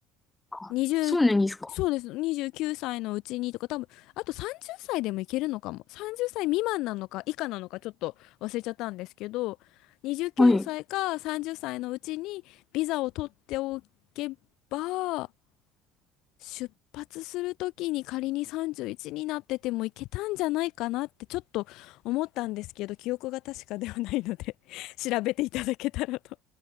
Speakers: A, on the left; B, on the left.
A: あ、
B: 20、
A: そうなんですか。
B: そうです。29歳のうちにとか、多分、あと30歳でもいけるのかも。30歳未満なのか以下なのかちょっと忘れちゃったんですけど、29歳か30歳のうちにビザを取っておけば、
A: はい。
B: 出発するときに仮に31になっててもいけたんじゃないかなってちょっと思ったんですけど、記憶が確かではないので <laughs> 調べていただけたらと